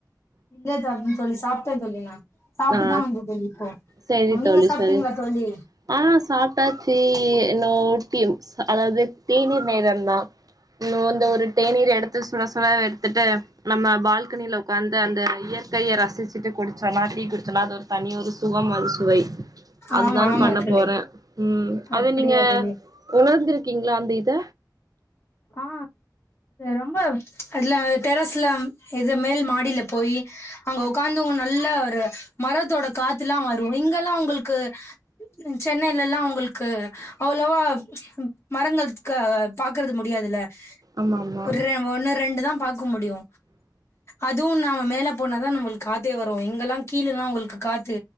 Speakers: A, on the left; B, on the right.
A: இல்ல தோழி தோழி சாப்ட்ட தோழி நா சாப்ட்டுதா
B: ஆ
A: வந்த தோழி இப்போ
B: செரி தோழி
A: நீங்க சாப்ட்டீங்களா
B: செரி
A: தோழி
B: ஆ சாப்ட்டாச்சி இன்னோர் அ அதாவது தேநீர் நேரந்தா இன்னோ அந்த ஒரு தேநீர் எடுத்து சுட சுட எடுத்துட்டு நம்ம பால்கனில உக்காந்து அந்த இய யற்கைய ரசிச்சிட்டு குடிச்சோம்னா டீ குடிச்சோனா அது ஒரு தனி ஒரு சுகம் அறு சுவை அதுதான்
A: ஆமா ஆமா
B: பண்ண
A: தோழி
B: போற ம் அது
A: அப்படியா
B: நீங்க
A: தோழி
B: உணர்ந்திருக் கீங்ளா அந்த இத
A: ஆ ரொம்ப அதுல டெரஸ்ல இது மேல் மாடியில போய் அங்க உக்காந்தவங்க நல்ல ஒரு மரத்தோட காத்துல்லா வரு இங்கெல்லா உங்களுக்கு அ சென்னேல்லல்லா அவுங்களுக்கு அவ்ளோவா மரங்கள் க பாக்கறது முடியாதுல்ல
B: ஆமா ஆமா
A: ஒரு ரெ ஒன்னு ரெண்டு தா க்கு முடியு அதுவு நாம மேல போனாதா நம்மளுக்கு காத்தே வரு எங்கெல்லா கீழேல்லா உங்களுக்கு காத்து